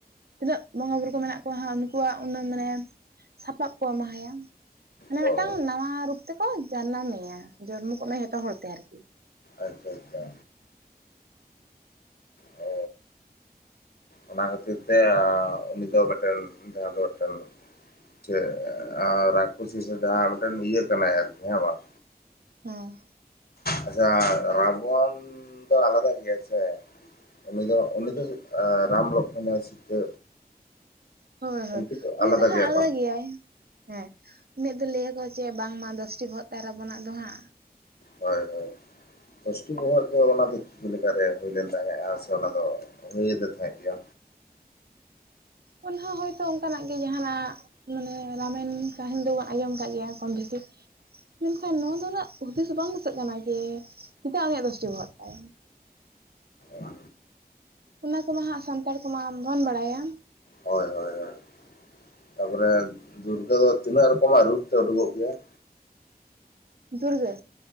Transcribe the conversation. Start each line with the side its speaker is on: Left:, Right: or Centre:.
Right: ᱛᱤᱱᱟᱹᱜ ᱵᱚᱸᱜᱟ ᱵᱩᱨᱩ ᱠᱚ ᱢᱮᱱᱟᱜ ᱠᱚᱣᱟ ᱦᱟᱸᱜ ᱩᱱᱠᱩᱣᱟᱜ ᱩᱱᱟᱹᱜ ᱢᱟᱱᱮ ᱥᱟᱯᱟᱵ ᱠᱚ ᱮᱢᱟ ᱦᱟᱭᱟ ᱢᱟᱱᱮ
Left: ᱚ
Right: ᱢᱤᱫᱴᱟᱝ ᱱᱟᱣᱟ ᱨᱩᱯ ᱛᱮᱠᱚ ᱡᱟᱱᱟᱢ ᱢᱮᱭᱟ ᱡᱚᱱᱢᱚ ᱠᱚ ᱮᱢᱟᱭᱟ ᱡᱚᱛᱚ ᱦᱚᱲ ᱛᱮ ᱟᱨᱠᱤ
Left: ᱟᱪᱪᱷᱟ ᱟᱪᱪᱷᱟ ᱚ ᱚᱱᱟ ᱠᱷᱟᱹᱛᱤᱨ ᱛᱮ ᱩᱱᱤ ᱫᱚ ᱢᱤᱫᱴᱮᱱ ᱡᱟᱦᱟᱸ ᱫᱚ ᱢᱤᱫᱴᱮᱱ ᱪᱮᱫ ᱨᱟᱠᱠᱷᱚᱥᱤ ᱥᱮ ᱡᱟᱦᱟᱸ ᱢᱤᱫᱴᱮᱱ ᱤᱭᱟᱹ ᱠᱟᱱᱟᱭ ᱟᱨᱠᱤ ᱦᱮᱸ ᱵᱟᱝ
Right: ᱦᱮᱸ
Left: ᱟᱪᱪᱷᱟ ᱨᱟᱵᱚᱱ ᱫᱚ ᱟᱞᱟᱫᱟ ᱜᱮᱭᱟᱭ ᱥᱮ ᱩᱱᱤ ᱫᱚ ᱩᱱᱤ ᱫᱚ ᱨᱟᱢ ᱞᱚᱠᱠᱷᱚᱱᱤᱭ ᱥᱤᱛᱟᱹ
Right: ᱦᱳᱭ ᱦᱳᱭ
Left: ᱩᱱᱠᱩ
Right: ᱩᱱᱤ ᱫᱚ ᱦᱟᱸᱜ
Left: ᱜᱮᱭᱟ
Right: ᱟᱞᱟᱫᱟ
Left: ᱠᱚ
Right: ᱜᱮᱭᱟᱭ ᱦᱮᱸ ᱩᱱᱤᱭᱟᱜ ᱫᱚ ᱞᱟᱹᱭᱟ ᱠᱚ ᱪᱮ ᱵᱟᱝᱢᱟ ᱫᱚᱥᱴᱤ ᱵᱚᱦᱚᱜ ᱛᱟᱭ ᱛᱟᱵᱚᱱᱟᱜ ᱫᱚ ᱦᱟᱸᱜ
Left: ᱦᱳᱭ ᱦᱳᱭ ᱫᱚᱥᱴᱤ ᱵᱚᱦᱚᱜ ᱫᱚ ᱚᱱᱟ ᱫᱚ ᱪᱤᱠᱟᱹ ᱞᱮᱠᱟ ᱨᱮ ᱦᱩᱭ ᱞᱮᱱ ᱛᱟᱦᱮᱸᱫᱼᱟ ᱥᱮ ᱚᱱᱟ ᱫᱚ ᱦᱩᱭᱟᱫᱮ ᱛᱟᱦᱮᱸᱫ ᱜᱮ
Right: ᱚᱱᱟ ᱦᱚᱸ ᱦᱳᱭᱛᱳ ᱚᱱᱠᱟᱱᱟᱜ ᱜᱮ ᱡᱟᱦᱟᱸᱱᱟᱜ ᱢᱟᱱᱮ ᱨᱟᱢᱟᱭᱚᱱ ᱠᱟᱹᱦᱤᱱᱤ ᱫᱚᱵᱚᱱ ᱟᱸᱡᱚᱢ ᱠᱟᱜ ᱜᱮᱭᱟ ᱠᱚᱢ ᱵᱮᱥᱤ ᱢᱮᱱᱠᱷᱟᱱ ᱱᱚᱣᱟ ᱫᱚ ᱩᱱᱟᱹᱜ ᱦᱩᱫᱤᱥ ᱵᱟᱝ ᱫᱤᱥᱟᱹᱜ ᱠᱟᱱᱟ ᱡᱮ ᱪᱮᱫᱟᱜ ᱩᱱᱤᱭᱟᱜ ᱫᱚᱥᱴᱤ ᱵᱚᱦᱚᱜ ᱛᱟᱭ
Left: ᱚ
Right: ᱚᱱᱟ ᱠᱚᱢᱟ ᱦᱟᱸᱜ ᱥᱟᱱᱛᱟᱲ ᱠᱚᱢᱟ ᱵᱚᱱ ᱵᱟᱲᱟᱭᱟ
Left: ᱦᱳᱭ ᱦᱳᱭ ᱦᱳᱭ ᱛᱟᱯᱚᱨᱮ ᱫᱩᱨᱜᱟᱹ ᱫᱚ ᱛᱤᱱᱟᱹᱜ ᱨᱚᱠᱚᱢᱟᱜ ᱨᱩᱯ ᱛᱮ ᱩᱰᱩᱠᱚᱜ ᱜᱮᱭᱟᱭ
Right: ᱫᱩᱨᱜᱟᱹ